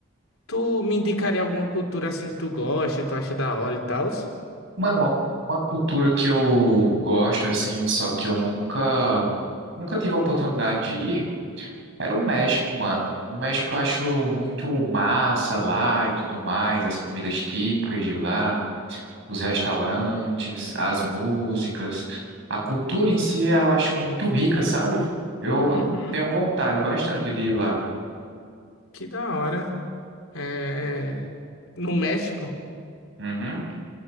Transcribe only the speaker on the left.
Tu me indicaria alguma cultura assim que tu gosta, tu acha da hora e tal?
Uhum,
que da hora. É... No México?